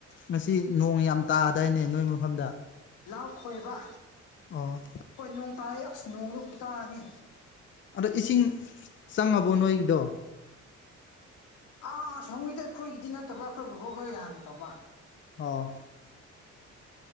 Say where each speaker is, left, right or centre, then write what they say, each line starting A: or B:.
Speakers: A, on the left; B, on the left.
A: ꯉꯁꯤ ꯅꯣꯡ ꯌꯥꯝ ꯇꯥꯗꯥꯏꯅꯦ ꯅꯣꯏ ꯃꯐꯝꯗꯥ
B: ꯂꯥꯎ ꯈꯣꯏꯕ
A: ꯑꯣ
B: ꯍꯣꯏ ꯅꯣꯡ ꯇꯥꯔꯦ ꯑꯁ ꯅꯣꯡꯗꯤ ꯈꯨꯇꯥꯅꯤ
A: ꯑꯗꯣ ꯏꯁꯤꯡ ꯆꯪꯉꯕꯣ ꯅꯣꯏꯒꯤꯗꯣ
B: ꯑꯥ ꯁꯃꯣꯏꯗꯤ ꯑꯩꯈꯣꯏꯒꯤꯗꯤ ꯅꯠꯇꯕ ꯑꯩꯈꯣꯏ ꯕꯣꯕꯣꯛꯛꯈꯣꯏ ꯍꯥꯟꯅ ꯇꯧꯕ
A: ꯑꯥ